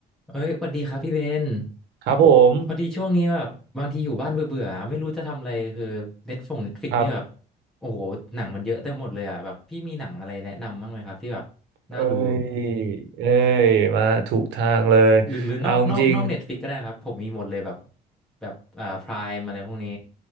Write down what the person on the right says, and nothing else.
ครับผม
ครับ
เอ้ยเอ้ยมาถูกทางเลยเอาจริง